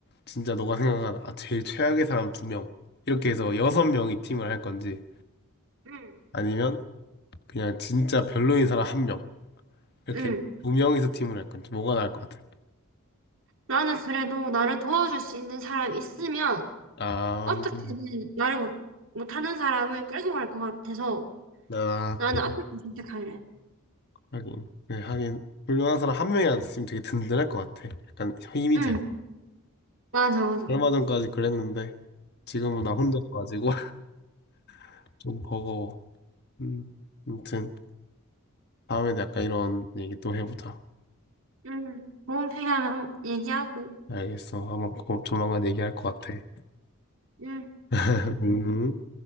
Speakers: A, on the left (about 50°); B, on the right (about 65°).
A: 진짜 너가 생각한 아, 제일 최악의 사람 두명 이렇게 해서 여섯 명이 팀을 할 건지
B: 응,
A: 아니면 그냥 진짜 별로인 사람 한 명 이렇게
B: 응.
A: 두명이서 팀을 할 건지 뭐가 나을 것 같아?
B: 나는 그래도 나를 도와줄 수 있는 사람이 있으면
A: 아,
B: 어떻게든
A: 음,
B: 말을 못, 못하는 사람을 끌고 갈 것 같아서
A: 아,
B: 나는
A: 그
B: 앞에 거 선택할래.
A: 하긴. 네, 하긴. 훌륭한 사람 한 명이라도 있으면 되게 든든할 것 같아. 약간 힘이
B: 응,
A: 돼.
B: 맞아, 맞아.
A: 얼마 전까지 그랬는데, 지금은 나 혼자 가지고 <laughs> 좀 버거워. 음, 아무튼, 다음에도 약간 이런 얘기 또 해보자.
B: 응, 도움 필요하면 한- 얘기하고.
A: 알겠어. 아마 곧 조만간 얘기할 것 같아.
B: 응.
A: <laughs> 음.